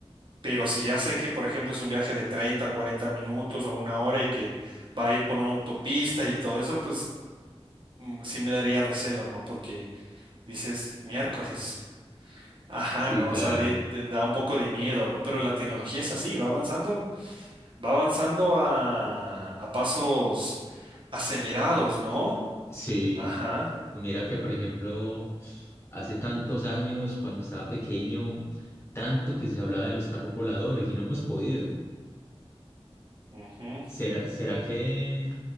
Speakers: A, on the right; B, on the left.
A: Pero si ya sé que, por ejemplo, es un viaje de 30, 40 minutos o una hora y que va a ir por una autopista y todo eso, pues mm, sí me daría recelo, ¿no? Porque dices miércoles. Ajá,
B: Sí,
A: no,
B: claro.
A: o sea, di- te da un poco de miedo, ¿no? Pero la tecnología es así, va avanzando Va avanzando a, a pasos acelerados, ¿no?
B: Sí,
A: Ajá.
B: mira que por ejemplo, hace tantos años, cuando estaba pequeño, tanto que se hablaba de los carros voladores y no hemos podido.
A: ujú.
B: ¿Será, será que